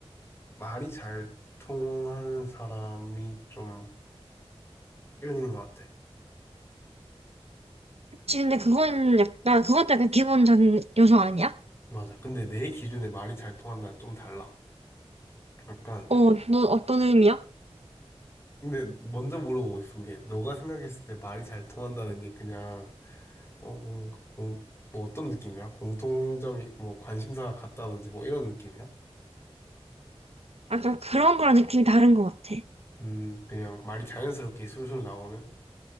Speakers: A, on the left (about 25°); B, on the right (about 75°).
A: 말이 잘 통하는 사람이 좀 끌리는 것 같아.
B: 혹시 근데 그건 약간, 그것도 약간 기본적인 요소 아니야?
A: 맞아. 근데 내 기준에 말이 잘 통한다는 좀 달라. 약간,
B: 어, 너 어떤 의미야?
A: 근데 먼저 물어보고 싶은 게 너가 생각했을 때 말이 잘 통한다는 게 그냥 어 뭔가 공 뭐 어떤 느낌이야? 공통점이 뭐 관심사가 같다든지 뭐 이런 느낌이야?
B: 약간 그런 거랑 느낌이 다른 것 같아.
A: 음 그냥 말이 자연스럽게 술술 나오는